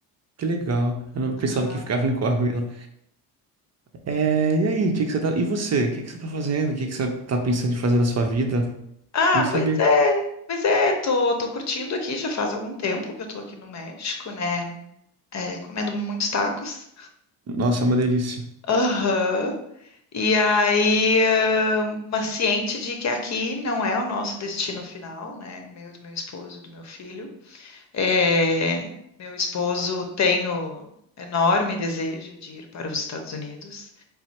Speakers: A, on the right (about 35°); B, on the left (about 40°).
A: que legal. Eu não pensava
B: Aham.
A: que ficava em Coahuila. É, e aí, o que que você tá... E você? O que que você tá fazendo? O que que você tá pensando em fazer na sua vida?
B: Ah,
A: Não sabia.
B: pois é. Pois é, tô, tô curtindo aqui, já faz algum tempo que eu tô aqui no México, né? É, comendo muitos tacos.
A: Nossa, é uma delícia.
B: Aham. E aí, ah, mas ciente de que aqui não é o nosso destino final, né? Meu, do meu esposo, do meu filho. É, meu esposo tem o enorme desejo de ir para os Estados Unidos